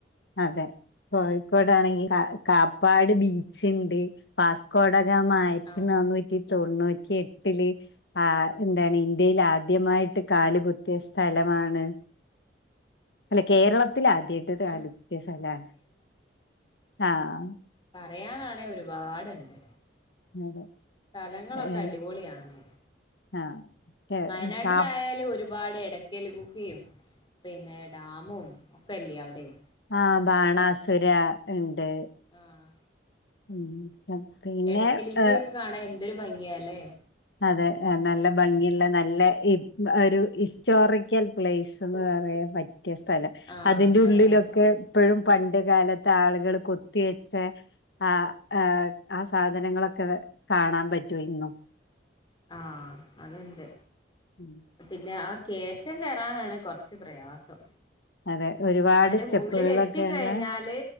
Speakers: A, on the left (about 65°); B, on the left (about 25°).
A: അതെ കോഴിക്കോടാണെങ്കിൽ കാ കാപ്പാട് ബീച്ച് ഉണ്ട് വാസ്കോടകമ ആയിരത്തി
B: ആഹ്
A: നാനൂറ്റി തൊണ്ണൂറ്റി എട്ടില് ആ എന്താണ് ഇന്ത്യയിൽ ആദ്യമായിട്ട് കാല് കുത്തിയ സ്ഥലമാണ് അല്ലെ കേരളത്തി
B: ആഹ്
A: ആദ്യമായിട്ടത്
B: അന
A: ആദ്യത് സ്ഥലമാണ്. ആഹ
B: പറയാനാണേ ഒരുപാടുണ്ട്.
A: അതെ
B: സ്ഥലങ്ങളൊക്കെ
A: ഏഹ്
B: അടിപൊളിയാണ്.
A: ആഹ് കേ
B: വയനാട്ടിലായാലും
A: കാ
B: ഒരു പട് ഇടക്കൽ ഗുഹയും പിന്നെ ഡാമും ഒക്കെ അല്ലേ അവിടെയും
A: ആഹ ബാണാസുര ഉണ്ട്
B: ആഹ്
A: ഉ പിന്നെ
B: എടക്കൽ ഗുഹയൊക്കെ
A: ഏ
B: കാണാൻ എന്തൊരു ഭംഗിയല്ലേ?
A: അതെ നല്ല ഭംഗിയുള്ള നല്ല ഒരു ഹിസ്റ്റോറിക്കൽ പ്ലേസ്ന്ന് പറയാൻ പറ്റിയ സ്ഥലം
B: ആഹ്
A: അതിന്റെ
B: അങ്ങനെ
A: ഉള്ളിലൊക്കെ
B: പറയാം
A: ഇപ്പോഴും പണ്ട് കാലത്ത് ആളുകൾ കൊത്തി വെച്ച ആ ആ സാധനങ്ങളൊക്കെ കാണാൻ പറ്റൂ ഇന്നും
B: ആഹ് അതുണ്ട്.
A: ഉം
B: പിന്നെ ആ കേയറ്റം കയറാനാണ് കുറച്ച് പ്രയാസം
A: അതെ ഒരുപാട്
B: എന്നാലും
A: സ്റ്റെപ്പുകളൊക്കെ
B: ഉള്ളിൽ എത്തിക്കഴിഞ്ഞാല്
A: ഉള്ള